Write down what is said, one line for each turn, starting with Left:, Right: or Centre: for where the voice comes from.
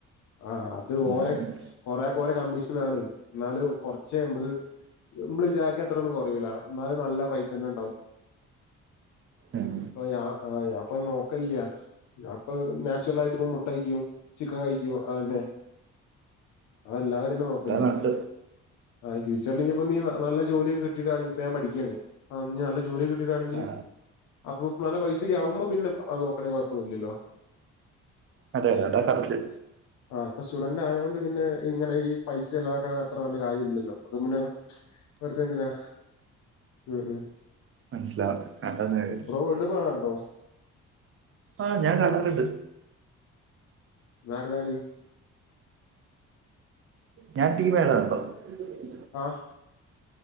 Left: ആഹ് അത്
Right: ഉം.
Left: ഓരെ. കൊറേകൊരെ കമ്മീഷനാണ് ന്നാലു കൊർചെ ഞമ്പ. നമ്മള് വിചാരിക്ക്ണത്രൊന്നും കൊറയൂല. ന്നാലും നല്ല പൈസന്നെണ്ടാവും
Right: ഉം.
Left: അപ്പൊ ഞാ. ആഹ് ഞാപ്പോ നോക്കല്ല്യ. ഞാപ്പ നാച്ചുറൽ ആയിട്ട്പ്പൊ മുട്ടയ്ക്കും ചിക്കൻ കഴിക്കും അതന്നെ. അതല്ലാതെ പിന്നെ നോക്കല്ല്യ.
Right: അതാ നല്ലത്
Left: ആ
Right: ഉം.
Left: ഫ്യൂച്ചർൽ ഞ് ഇപ്പൊ നീ നല്ല ജോലിക്കെ കിട്ടിട്ടാണെങ്കിൽ പ്പ ഞാ പഠിക്ക്യാണ്. അ ഞ് നല്ല ജോല്യക്കെ കിട്ടിട്ടാണെങ്കിൽ
Right: ആ.
Left: അപ്പൊ നല്ല പൈസ- ത് യാവുമ്പോ പിന്നെ അ നോക്കണേ കൊയ്പൊന്നുല്ലല്ലോ.
Right: അതെ അടാ കററ്റ്.
Left: ആഹ് പ്പൊ സ്റ്റുഡന്റ് ആയതോണ്ട് പിന്നെ ഇങ്ങനെ ഈ പൈസെ ലവാക്കണെ അത്ര നല്ല കാര്യം ഇല്ലല്ലോ അപ്പൊ പിന്നെ. വെർതെ ന്തിനാ ഉം ഉം.
Right: മനസ്സിലാവും അതാണ്
Left: ബ്രോ വേൾഡപ്പ് കാണാറുണ്ടോ?
Right: ആഹ് ഞാ കണ്ട്ട്ട്ണ്ട്.
Left: ന്നാര്ത കളി?
Right: ഞാ ടീമ <unintelligible> ണ്ടോ. ഉം.
Left: ആഹ്.